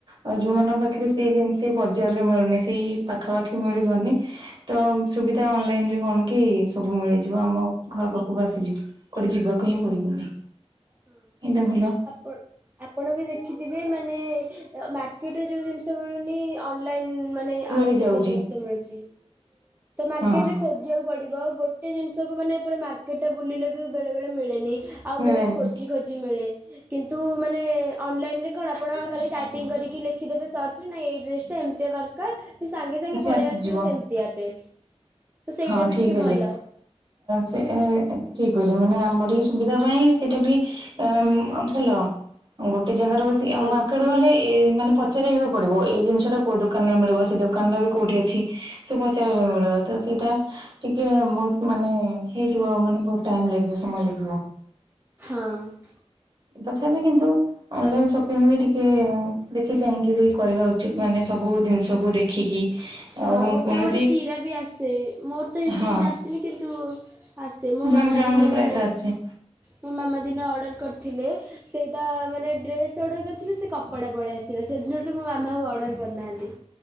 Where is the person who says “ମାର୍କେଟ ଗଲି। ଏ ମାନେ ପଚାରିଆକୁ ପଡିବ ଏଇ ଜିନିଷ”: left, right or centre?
Right